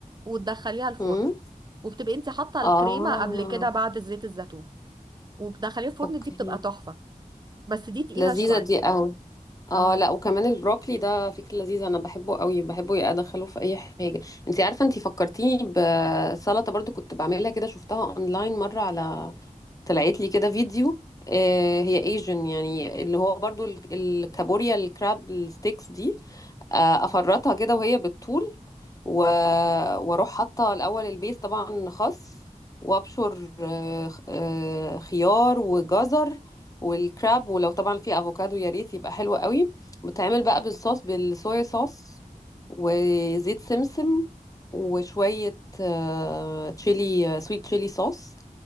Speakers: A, on the right (about 30°); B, on the left (about 25°).
A: وتدخليها الفرن
B: امم
A: وبتبقي انت حاطة
B: اه
A: الكريمة قبل كده بعد زيت الزيتون وبتدخليها الفرن
B: اوكي
A: دي بتبقى تحفة بس دي تقيلة
B: لذيذة
A: شوية
B: دي قوي
A: اه
B: اه لا وكمان البروكلي ده فكرة لذيذة انا بحبه قوي بحبه يا ادخله في اي حاجة انت عارفة انت فكرتيني بسلطة برضو كنت بعملها كده شفتها اونلاين مرة على طلعت لي كده فيديو آه هي ايجن يعني اللي هو برضو ال- الكابوريا الكراب الستيكس دي آه، افرطها كده وهي بالطول و... واروح حاطه الاول البيس طبعا خس وابشر آه، خ- آه، خيار وجزر والكراب ولو طبعا في افوكادو يا ريت يبقى حلو قوي بتعمل بقى بالصوص بالصويا صوص وزيت سمسم وشويه آه، تشيلي سويت تشيلي صوص